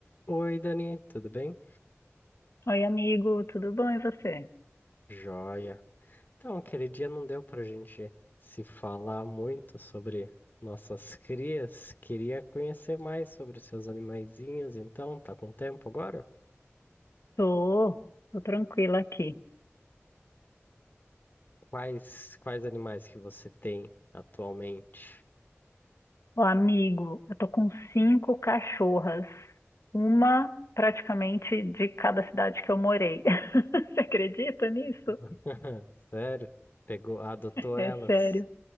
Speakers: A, on the left; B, on the left.
A: Oi, Dani, tudo bem?
B: Oi, amigo, tudo bom e você?
A: Joia. Então, aquele dia não deu pra gente se falar muito sobre nossas crias. Queria conhecer mais sobre os seus animaizinhos, então, tá com tempo agora?
B: Tô, tô tranquila aqui.
A: Quais, quais animais que você tem atualmente?
B: Ô, amigo, eu tô com cinco cachorras, uma praticamente de cada cidade que eu morei. <laughs> Você acredita nisso?
A: <laughs> Sério? Pegou, adotou elas?
B: É sério.